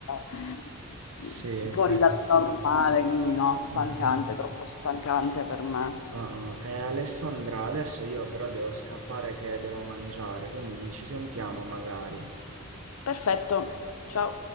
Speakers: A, on the left; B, on the right.
A: eh,
B: Sì.
A: fuori dal normale, quindi no, stancante,
B: <laughs>
A: troppo stancante per me.
B: Uh, eh, Alessandra, adesso io però devo scappare che devo mangiare, quindi ci sentiamo magari.
A: Perfetto, ciao.